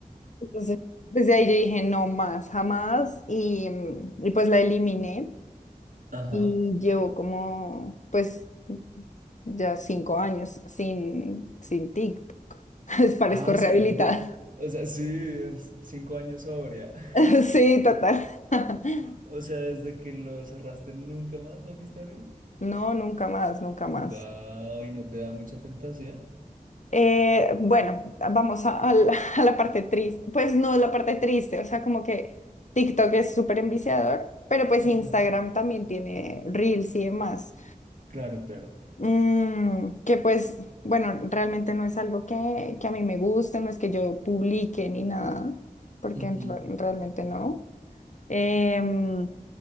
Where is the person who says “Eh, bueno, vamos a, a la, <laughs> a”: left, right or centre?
Left